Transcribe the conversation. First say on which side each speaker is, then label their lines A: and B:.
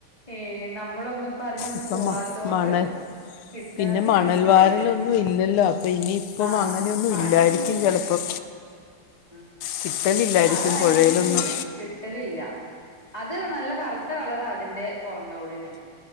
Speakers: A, on the left; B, on the left.
A: ഏ നമ്മളൊന്ന് അപ്പൊ അതിനൊന്നും
B: ഇപ്പം
A: പോവാത്ത
B: മ-
A: കൊണ്ട്
B: മണൽ
A: കിട്ടാത്താണോന്ന
B: പിന്നെ മണൽ വാരലൊന്നും
A: അറിയില്ല.
B: ഇല്ലല്ലോ അപ്പൊ ഇനിയിപ്പം
A: ആഹ്
B: അങ്ങനെയൊന്നും
A: പണിയൊന്നുല്ല
B: ഇല്ലായിരിക്കും ചിലപ്പം.
A: ഉം
B: കിട്ടലില്ലായിരിക്കും
A: അതായിരിക്കുംന്ന്
B: പുഴയിലൊന്നും
A: എനിക്ക് തോന്നുന്നുകിട്ട- കിട്ടലില്ല അത് നല്ല കറുത്ത കളറാ അതിന്റെ പുറന്തോടിന്